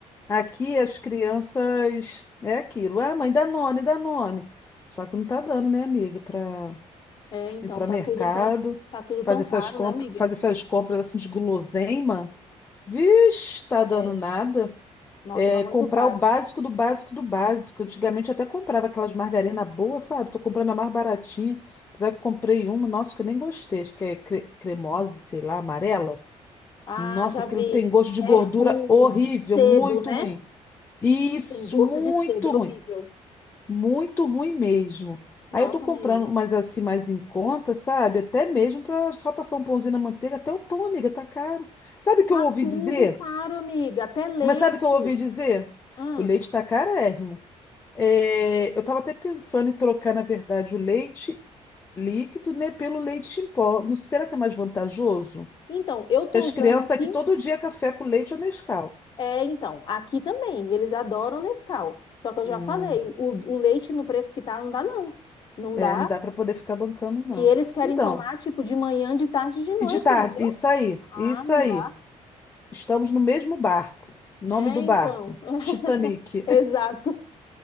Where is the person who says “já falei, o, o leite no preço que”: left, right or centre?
Left